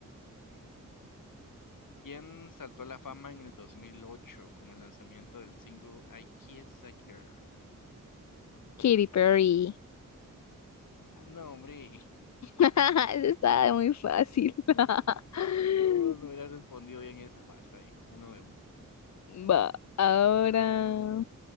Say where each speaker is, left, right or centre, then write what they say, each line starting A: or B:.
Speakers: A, on the left (about 70°); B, on the left (about 55°).
A: ¿Quién saltó a la fama en el 2008 con el lanzamiento del single I Kiss a Girl?
B: Katy Perry.
A: Ah, no, hombre.
B: <laughs> Eso está muy fácil. <laughs>
A: Mm. Yo no hubiera respondido bien esa. Va, está bien. Uno de uno.
B: Va, ahora.
A: Luego...